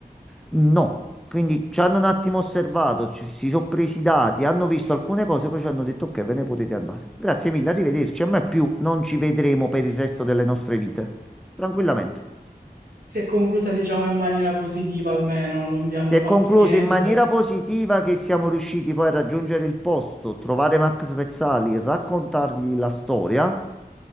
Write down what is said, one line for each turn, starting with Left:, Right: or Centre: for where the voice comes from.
Centre: no. Quindi ci hanno un attimo osservato, ci, si sono presi i dati, hanno visto alcune cose, poi ci hanno detto ok, ve ne potete andare. Grazie mille, arrivederci. A me più non ci vedremo per il resto delle nostre vite. Tranquillamente.
Right: si è conclusa, diciamo, in maniera positiva almeno, non vi hanno
Centre: Si è
Right: fatto
Centre: concluso
Right: niente.
Centre: in maniera positiva che siamo riusciti poi a raggiungere il posto, trovare Max Pezzali, raccontargli la storia